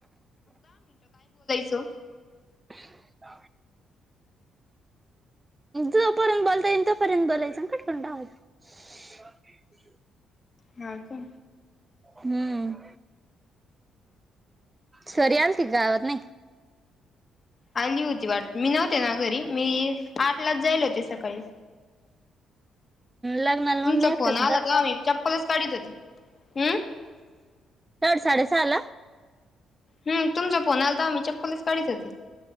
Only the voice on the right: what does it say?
<unintelligible> जोपर्यंत बोलता येईल तोपर्यंत बोलायचं आणि कट करून टाकायचं. हम्म हम्म
हम्म सरि आलती गावात की नाही.
लग्नाला
मग मी एकटच
तर साडे सहाला.